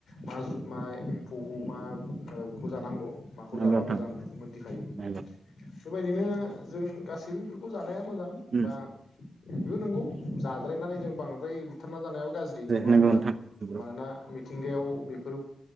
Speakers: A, on the left; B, on the right.
A: मा मा एम्फौखौ मा बेखौ जानांगौ। माखौ
B: नंगौ
A: जाबा
B: नोंथां
A: मोजां बेफोरखौ मोनथिखायो।
B: नंगौ
A: बेफोरबायदिनो जों गासैबो बेफोरखौ जाना नाया मोजां
B: उम
A: बा बेबो नंगौ जाद्रायनानै जों बांद्राय बुथारना जानायाबो गाज्रि नङा
B: नंगौ
A: होमबा?
B: नोंथां नंगौ
A: मानोना मिथिंगायाव बेफोर